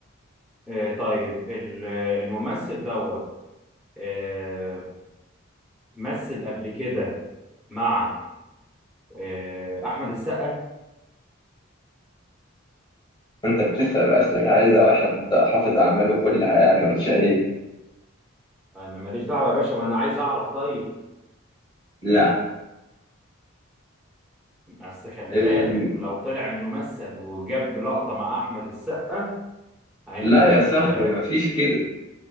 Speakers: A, in the centre; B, on the left.
A: آه طيب ال- آه، الممثل دوت آه مثل قبل كده مع آه احمد السقا
B: أنت بتسأل أسئلة عايزة واحد حافظ أعماله كلها يعني ولا إيه؟
A: انا ماليش دعوة يا باشا ما انا عايز اعرف طيب
B: لا
A: بس خلي
B: الم...
A: بالك لو طلع انه مثل وجاب لقطة مع احمد السقا يعني انت
B: لا
A: هتت...
B: يا صاحبي ما فيش كده